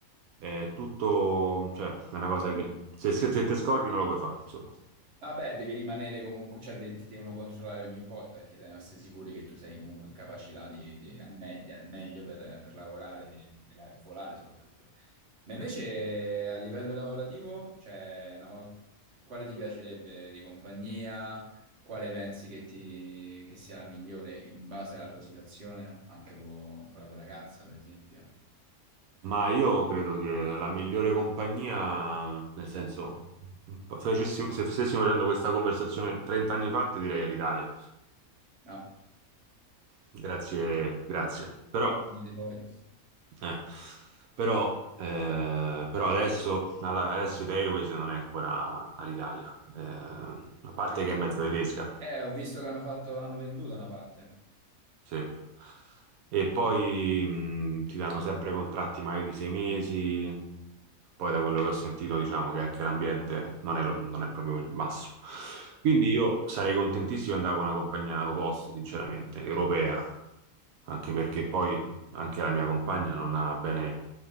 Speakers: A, on the right; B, on the right.
A: È tutto, cioè, è una cosa che se, se
B: Certo.
A: se te scordi non lo puoi fare, insomma.
B: Vabbè, devi rimanere comunque, cioè de- ti devono controllare ogni volta perché devono essere sicuri che tu sei comunque in capacità di, di- al meglio, al meglio per, per lavorare e la- volare soprattutto. Ma invece a livello lavorativo, cioè, una vol- quale ti piacerebbe di compagnia? Quale pensi che, ti, che sia la migliore in base alla tua situazione? Anche co- con, la tua ragazza, per esempio.
A: Ma io credo che la migliore compagnia, nel senso, se facessimo- se stessimo facendo questa conversazione 30 anni fa, ti direi all'Italia.
B: Ah,
A: Grazie, grazie. Però,
B: fortuna di poi.
A: eh, però, eh, però adesso, alla- adesso Italia Airways non è ancora all'Italia. Eh, a parte
B: Ah,
A: che è mezza tedesca,
B: eh, ho visto che hanno fatto, l'hanno venduta una parte.
A: Sì. E poi mh, ti danno sempre contratti magari di sei mesi, poi da quello che ho sentito diciamo che anche l'ambiente non è, lo- non è proprio il massimo. Quindi io sarei contentissimo di andare con una compagnia low cost, sinceramente, europea, anche perché poi anche la mia compagna non ha bene,